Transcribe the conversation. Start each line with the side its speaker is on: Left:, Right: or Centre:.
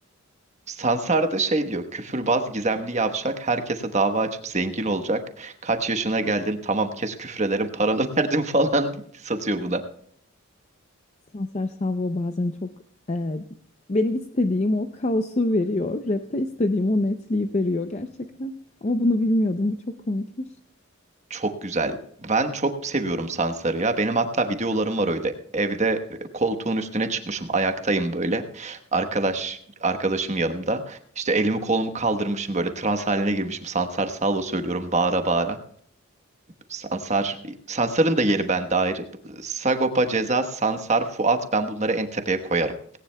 Right: Sansar da şey diyor küfürbaz gizemli yavşak herkese dava açıp zengin olacak. Kaç yaşına geldin tamam kes küfrederim paranı <laughs> verdim falan diye satıyor
Left: Sanser Salvo bazen çok e, benim istediğim o kaosu veriyor. Rap'te istediğim o netliği veriyor gerçekten. Ama bunu bilmiyordum. Bu çok komikmiş.
Right: Çok güzel. Ben çok seviyorum Sansar'ı ya. Benim hatta videolarım var öyle. Evde e, koltuğun üstüne çıkmışım, ayaktayım böyle. Arkadaş arkadaşım yanımda. İşte elimi kolumu kaldırmışım böyle trans haline girmişim. Sansar Salvo söylüyorum bağıra bağıra. Sansar Sansar'ın da yeri bende ayrı. Sagopa, Ceza, Sansar, Fuat ben bunları en tepeye koyarım.